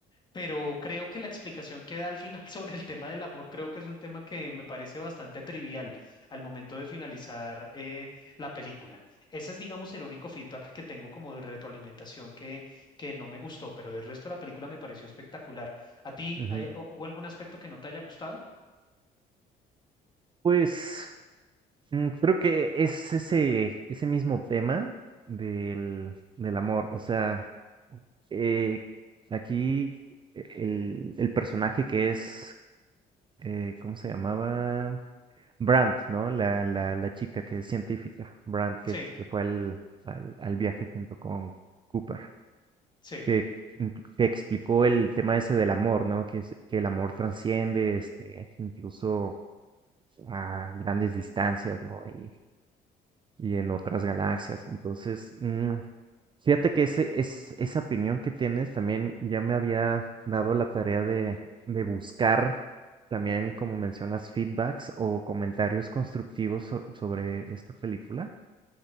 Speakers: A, on the left; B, on the right.
A: pero creo que la explicación que da al final <laughs> sobre el tema del amor, creo que es un tema que me parece bastante trivial al momento de finalizar eh, la película. Ese es, digamos, el único feedback que tengo como de retroalimentación que, que no me gustó, pero del resto de la película me pareció espectacular. ¿A ti
B: Ujú.
A: hay- hu- hubo algún aspecto que no te haya gustado?
B: Pues mm, creo que es ese, ese mismo tema del, del amor. O sea, eh, aquí eh, el, el personaje que es, eh, ¿cómo se llamaba? Brandt, ¿no? La, la, la chica que es científica, Brandt, que
A: Sí,
B: se fue al, al, al viaje junto con Cooper,
A: sí,
B: que, mm, que explicó el tema ese del amor, ¿no? Que, es- que el amor trasciende, este, incluso a grandes distancias, ¿no? Y, y en otras galaxias. Entonces, mm, fíjate que ese, es, esa opinión que tienes también ya me había dado la tarea de, de buscar también, como mencionas, feedbacks o comentarios constructivos so- sobre esta película,